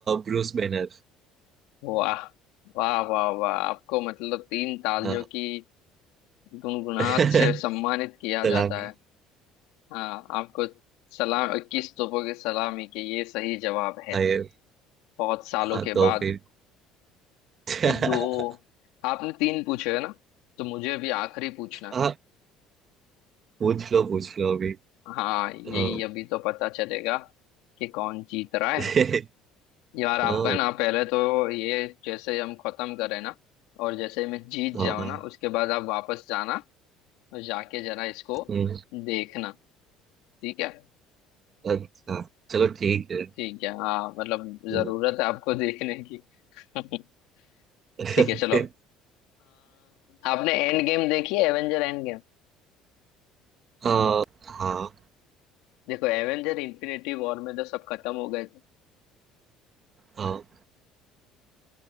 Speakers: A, on the right (about 35°); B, on the left (about 85°).
A: ब्रूस बैनर
B: वाह वाह वाह वाह आपको मतलब तीन तालियों
A: हाँ
B: की गुनगुनाहट
A: <laughs>
B: से सम्मानित किया
A: सलामी
B: जाता है हाँ आपको सलाम इक्कीस तोपों की सलामी के ये सही जवाब है
A: हाँ ये-
B: बहुत सालों
A: हाँ,
B: के
A: तो
B: बाद
A: फिर <laughs>
B: तो दो आपने तीन पूछे है ना तो मुझे अभी आखिरी पूछना है
A: हाँ पूछ लो पूछ लो अभी
B: हाँ यही
A: हाँ
B: अभी तो पता चलेगा कि कौन जीत रहा है
A: <laughs>
B: यार आप
A: ओ
B: है ना पहले तो ये जैसे हम खत्म करें ना और जैसे मैं जीत
A: हाँ
B: जाऊँ ना उसके बाद आप वापस जाना और जाके जरा इसको
A: हम्म,
B: देखना ठीक है
A: अच्छा चलो ठीक है
B: ठीक है हाँ मतलब
A: हम्म,
B: जरूरत है आपको देखने की <laughs>
A: <laughs>
B: ठीक
A: ओके
B: है चलो अ, आपने एंड गेम देखी है एवेंजर एंड गेम
A: हाँ हाँ
B: देखो एवेंजर इन्फिनिटी वॉर में तो सब खत्म हो गए थे
A: हाँ